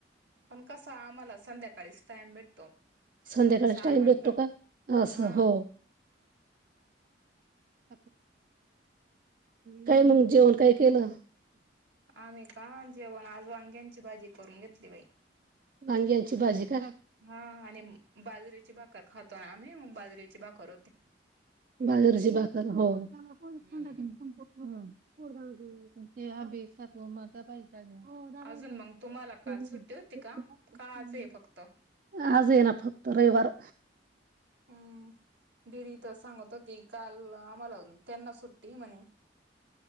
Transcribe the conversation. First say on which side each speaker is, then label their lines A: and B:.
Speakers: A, on the right; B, on the right.
A: पण कस आहे आम्हाला संध्याकाळीच टाइम भेटतो
B: संध्याकाळीच
A: सहा
B: टाइम
A: नंतर
B: भेटतो का असं
A: हा
B: हो <inaudible> काय मंग जेवण काय केलं
A: आम्ही का जेवण आज वांग्यांची भाजी करून घेतली बाई
B: वांग्यांची भाजी का
A: हा आणि बाजरीेची भाकर खातोय आम्ही बाजरीेची भाकर ते
B: बाजाऱीची भाकर हो
A: हम्म
B: <unintelligible>
A: अजून मग तुम्हाला काल सुट्टी होती का का आज आहे फक्त
B: आज ये ना फक्त रविवार
A: हम्म दिदी तेच सांगत होती काल आम्हाला त्यांना सुट्टी आहे म्हणे